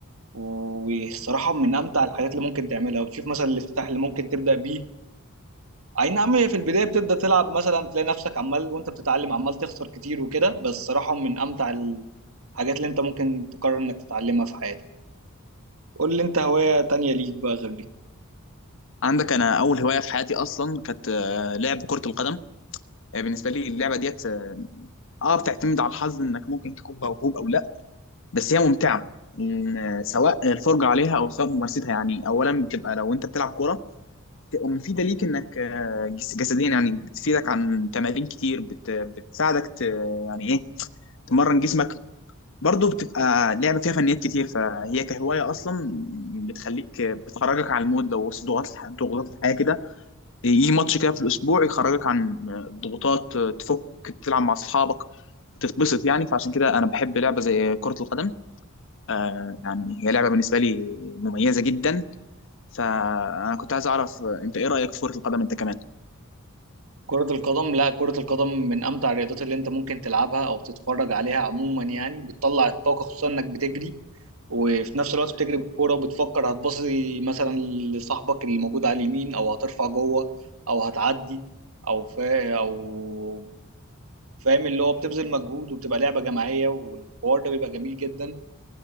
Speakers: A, on the right (about 70°); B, on the left (about 65°).
A: والصراحة من أمتع الحاجات اللي ممكن تعملها وتشوف مثلا الافتتاح اللي ممكن تبدأ بيه أي نعم هي في البداية بتبدأ تلعب مثلا تلاقي نفسك عمال وأنت بتتعلم عمال تخسر كتير وكده بس صراحة من أمتع الحاجات اللي أنت ممكن تقرر إنك تتعلمها في حياتك قول لي أنت هواية تانية ليك بقى غير دي
B: عندك انا اول هوايه في حياتي اصلا كانت آه، لعب كره القدم آه، بالنسبه لي اللعبه ديت اه بتعتمد على الحظ انك ممكن تكون موهوب او لا بس هي ممتعه إن- سواء الفرجه عليها او سواء ممارستها يعني اولا بتبقى لو انت بتلعب كوره بتبقى مفيده ليك انك آه، جس- جسديا يعني بتفيدك عن تمارين كتير بت بتساعدك ت يعني ايه تمرن جسمك برضه بتبقى لعبه فيها فنيات كتير فهي كهوايه اصلا بتخليك بتخرجك عن المود لو وسط ضغوطات الح- ضغوطات الحياه كده يجي ماتش كده في الاسبوع يخرجك عن الضغوطات تفك تلعب مع اصحابك تتبسط يعني فعشان كده انا بحب لعبه زي كره القدم آه يعني هي لعبه بالنسبه لي مميزه جدا فانا كنت عايز اعرف آه، انت ايه رايك في كره القدم انت كمان
A: كرة القدم لا كرة القدم من أمتع الرياضات اللي أنت ممكن تلعبها أو تتفرج عليها عموما يعني بتطلع الطاقة خصوصا إنك بتجري وفي نفس الوقت بتجري بالكوره وبتفكر هتباصي مثلا لصاحبك اللي موجود على اليمين او هترفع جوه او هتعدي او فا او فاهم اللي هو بتبذل مجهود وبتبقى لعبه جماعيه والحوار ده بيبقى جميل جدا